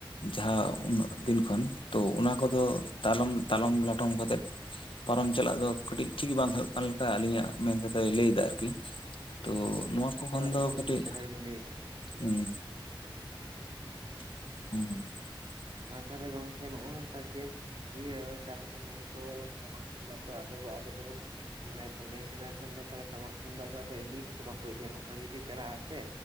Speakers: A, on the left; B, on the right.
A: ᱡᱟᱦᱟᱸ ᱩᱱᱟᱹᱜ ᱫᱤᱱ ᱠᱷᱚᱱ ᱛᱚ ᱚᱱᱟ ᱠᱚ ᱫᱚ
B: ᱦᱳᱭ ᱦᱳᱭ
A: ᱛᱟᱞᱚᱢ ᱛᱟᱞᱚᱢ ᱞᱚᱴᱚᱢ ᱠᱟᱛᱮᱫ ᱯᱟᱨᱚᱢ ᱪᱟᱞᱟᱜ ᱫᱚ ᱠᱟᱹᱴᱤᱡ ᱴᱷᱤᱠ ᱵᱟᱝ ᱦᱩᱭᱩᱜ ᱠᱟᱱ ᱞᱮᱠᱟ ᱟᱹᱞᱤᱧᱼᱟᱜ ᱢᱮᱱ ᱛᱮᱫᱚᱭ ᱞᱟᱹᱭᱫᱟ ᱟᱨᱠᱤ ᱛᱚ
B: ᱟᱪᱪᱷᱟ ᱟᱪᱪᱷᱟ
A: ᱱᱚᱶᱟ ᱠᱚ ᱠᱷᱚᱱ ᱫᱚ
B: ᱮᱠᱫᱚᱢ
A: ᱠᱟᱹᱴᱤᱡ
B: ᱴᱷᱤᱠ ᱠᱟᱛᱷᱟ ᱜᱮᱵᱤᱱ ᱞᱟᱹᱭ ᱮᱫᱟ
A: ᱦᱩᱸ <unintelligible>
B: ᱟᱨ ᱛᱟᱦᱚᱞᱮ ᱜᱚᱝᱠᱮ ᱱᱚᱜ ᱱᱚᱝᱠᱟ ᱡᱮ ᱤᱭᱟᱹ ᱛᱟ ᱛᱚ ᱱᱚᱳᱱ ᱛᱚ ᱴᱟᱢᱟᱠ ᱛᱩᱢᱫᱟ ᱟᱵᱚ ᱫᱚᱵᱚᱱ ᱢᱟᱱᱮ ᱯᱩᱱᱮ ᱡᱮᱱᱟᱨᱮᱥᱚᱱ ᱫᱚ ᱴᱟᱢᱟᱠ ᱛᱩᱢᱫᱟᱜ ᱫᱚ ᱟᱫᱚ ᱤᱫᱤ ᱜᱮᱛᱚ ᱵᱟᱠᱚ ᱤᱫᱤᱭᱟ ᱱᱚᱝᱠᱟ ᱡᱩᱫᱤ ᱪᱟᱞᱟᱜᱼᱟ ᱥᱮ